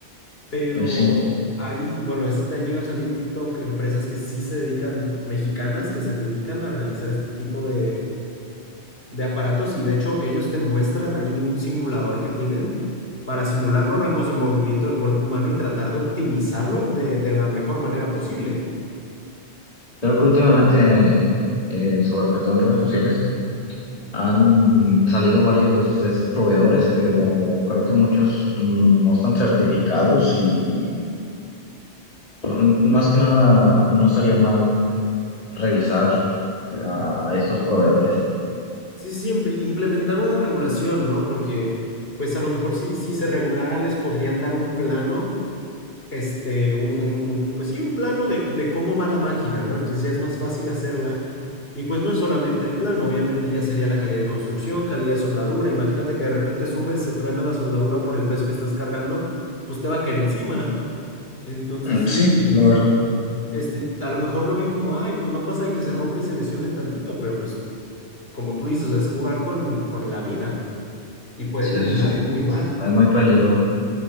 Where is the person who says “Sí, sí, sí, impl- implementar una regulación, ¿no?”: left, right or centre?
Left